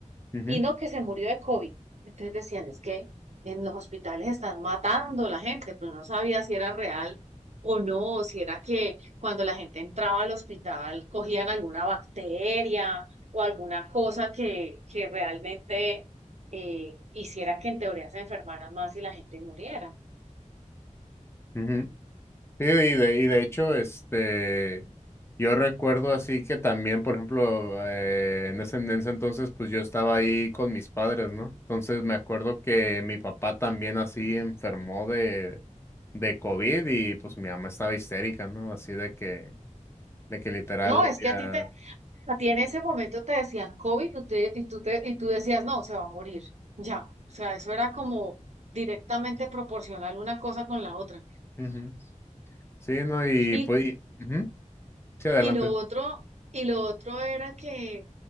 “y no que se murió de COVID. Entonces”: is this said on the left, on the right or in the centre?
Right